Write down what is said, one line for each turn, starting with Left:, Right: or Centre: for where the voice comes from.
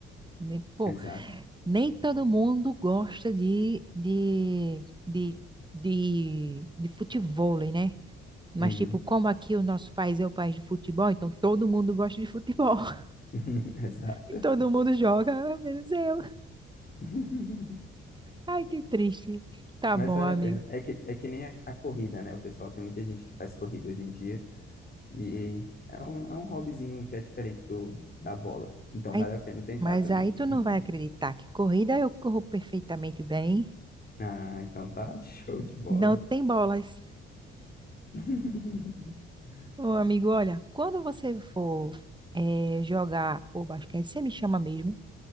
Right: Né, Pô,
Left: Exato.
Right: Nem todo mundo gosta de, de, de, de, de futevôlei, né? Mas,
Left: Uhum.
Right: tipo, como aqui o nosso país é o país de futebol, então todo mundo gosta de futebol. <laughs>
Left: <laughs> Exato.
Right: E todo mundo joga, ah, menos eu.
Left: <laughs>
Right: Ai, que triste. Tá
Left: Mas
Right: bom,
Left: vale
Right: amigo.
Left: a pena. É que, é que nem a, a corrida, né? O pessoal tem muita gente que faz corrida hoje em dia e é um, é um hobbyzinho que é diferente do, da bola. Então
Right: Aí,
Left: vale a pena tentar
Right: mas
Left: também.
Right: aí tu não
Left: <laughs>
Right: vai acreditar que corrida eu corro perfeitamente bem.
Left: Ah, então tá show de bola.
Right: Não tem bolas.
Left: <laughs>
Right: Ô, amigo, olha, quando você for eh, jogar o basquete, você me chama mesmo